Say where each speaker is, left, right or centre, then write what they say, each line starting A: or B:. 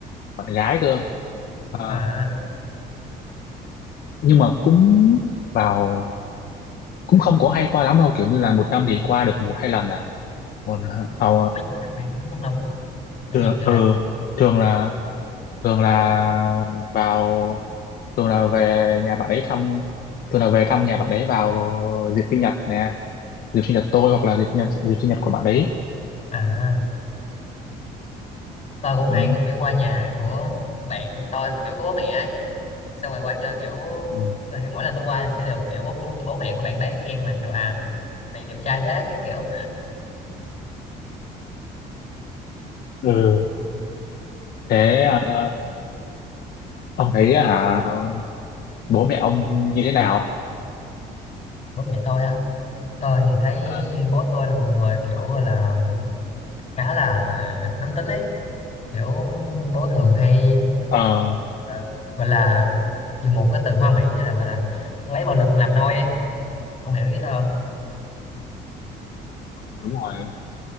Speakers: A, on the left; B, on the left.
A: bạn gái cơ À,
B: à
A: nhưng mà cũng vào cũng không có hay qua lắm đâu kiểu như là một năm thì qua được một hai lần à còn ờ,
B: mấy dịp đặc biệt đúng không mấy
A: thường
B: dịp kiểu
A: ờ,
B: lễ Tết
A: thường là thường là vào thường là về nhà bạn ấy thăm thường là về thăm nhà bạn ấy vào dịp sinh nhật nè dịp sinh nhật tôi hoặc là dịp sinh nhật dịp sinh nhật của bạn đấy
B: à tôi cũng hay
A: ừ.
B: kiểu qua nhà của bạn tôi mà kiểu có bố mẹ ấy xong rồi qua chơi kiểu
A: Ừ.
B: tôi hay- mỗi lần tôi qua sẽ được kiểu bố, bố, bố mẹ của bạn đấy khen là kiểu à này đẹp trai thế cái kiểu
A: ừ. thế ờ, ông thấy hả bố mẹ ông như thế nào
B: bố mẹ tôi á tôi thì thấy
A: À,
B: bố tôi là một người kiểu gọi là khá là nóng tính ấy kiểu bố thường
A: Ừ.
B: hay
A: ờ
B: ờ, gọi là dùng một cái từ hoa mỹ là gọi là lấy bạo lực làm nôi ấy ông hiểu ý tôi không
A: đúng rồi